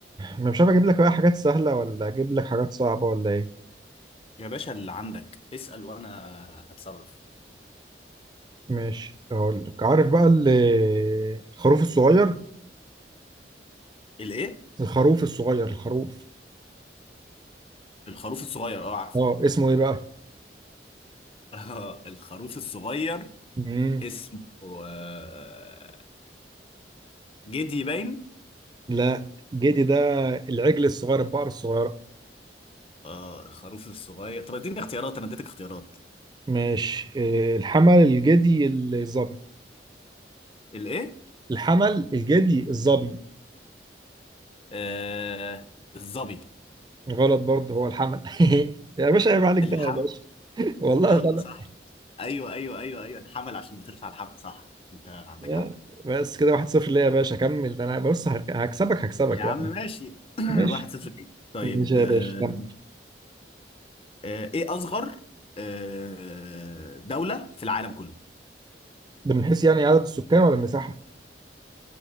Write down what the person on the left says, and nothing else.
يا باشا اللي عندك اسأل وانا هتصرف
الايه
الخروف الصغير اه عارفه
اه <laughs> الخروف الصغير
اسمه آه، جدي باين
اه الخروف الصغير طب اديني اختيارات انا اديتك اختيارات
الايه
آه الظبي
الحمل
ايوه
صح ايوه ايوه ايوه ايوه الحمل عشان بترفع الحمل صح انت عندك
حق
يا
عم ماشي <clears throat>
واحد صفر ليك طيب
آه،
آه، ايه اصغر آه، دولة في العالم كله